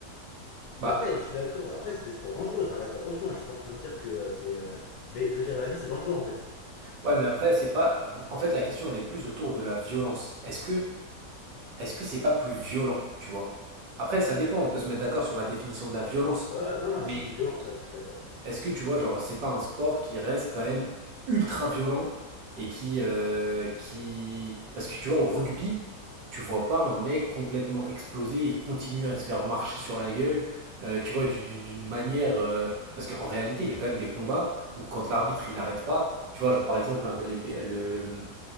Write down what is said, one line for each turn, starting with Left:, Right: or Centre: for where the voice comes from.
Right: Bah
Left: Mais après, je suis d'accord. Après, c'est des sports dangereux. Ça reste attention. hein, je suis pas en train de dire que euh, c'est. euh, Mais je veux dire, la vie, c'est dangereux en fait.
Right: ouais, mais après, c'est pas. En fait, la question, elle est plus autour de la violence. Est-ce que est-ce que c'est pas plus violent, tu vois? Après, ça dépend, on peut se mettre d'accord sur la définition de la violence.
Left: Ouais, non, non, mais
Right: Mais
Left: c'est plus violent, ça, je suis d'accord.
Right: Est-ce que tu vois, genre, c'est pas un sport qui reste quand même ultra violent et qui, euh, qui... Parce que tu vois, au rugby, tu vois pas un mec complètement explosé et continue à se faire marcher sur la gueule, euh, tu vois, du- du- d'une manière... euh, Parce qu'en réalité, il y a quand même des combats où quand l'arbitre, il arrête pas, tu vois, genre, par exemple, un- les- le,